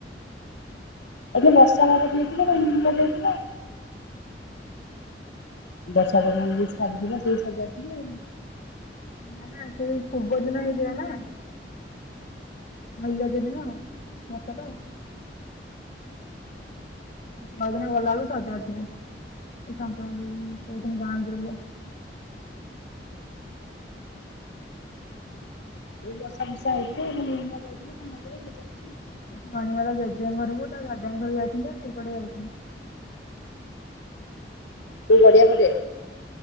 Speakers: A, on the left; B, on the left.
A: ଆ ଯେ ବର୍ଷା ବାାଗକୁ ନେଇଥିଲା ଭାଙ୍ଗି ଭୁଙ୍ଗା ଯାଇଥିଲା। ବର୍ଷା ପବନ ଯଦି ଛାଡିଥିବ ସେଇ ସବୁ <unintelligible> ଯା ଆଉ <unintelligible>
B: ନା ନା ସେଇ ପୂର୍ବ ଦିନ ହେଇଥିଲା ନା ପହିଲି ରଜ ଦିନ ବର୍ସା ଟା। <unintelligible> ବଉଦିନ ଗଲାବେେଳକୁ ସଜାାଉଥିଲେ ଏ ସଂକ୍ରାନ୍ତି ଯୋଉଦିନ ଗାଁନ୍ତି ପ। <unintelligible>
A: ଏଇ ବର୍ଷା ବର୍ଷା ହେଇିଥିଲେ <unintelligible> ବୁଲୁଆ ଯାଇଥିଲି କଣ ହେଯାଉଥିଲ। <unintelligible>
B: ମନଣିମାାର ଜେଜେଆଙ୍କ ଘରକୁ ତା ଦାଦାଙ୍କ ଘର ଯାଇଛନ୍ତି ନା ସେଇପଟେ ଯାଇଛନ୍ତି।
A: ତୁ ଗଢିଆ ପଟେ।